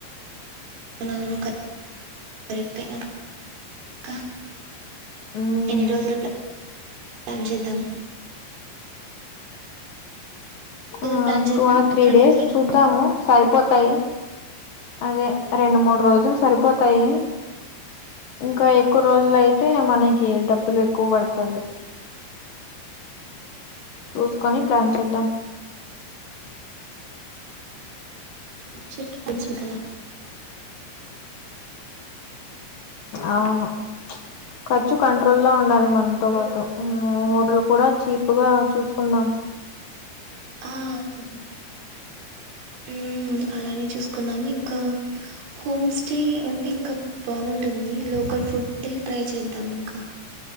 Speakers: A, on the right; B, on the left.
A: అవును కరెక్టే ఇంకా
B: మ్మ్
A: ఎన్ని రోజులు ప్లాన్ చేద్దాం రోజులు
B: ఆ
A: ప్లాన్ చేద్దాం
B: టూ ఆర్ త్రీ
A: ట్రిప్
B: డేస్
A: కి
B: చూద్దాము సరిపోతాయి అదే రెండు మూడు రోజులు సరిపోతాయి ఇంకా ఎక్కువ రోజులు అయితే మనకి డబ్బులు ఎక్కువ పడుతది చూస్కొని ప్లాన్ చేద్దాం
A: చెట్ కొనిసిన కాదా
B: అవును ఖర్చు కంట్రోల్లా ఉండాలి మన్ తో బాటు ఊఁ హోటల్ కూడ చీప్ గా చూస్కుందాం
A: ఆ ఊ హు అలానే చేసుకుందాం ఇంకా హోమ్ స్టే అంటే ఇంక బాగుంట్ టుంది లోకల్ ఫుడ్ ట్రై చేద్దాం ఇంకా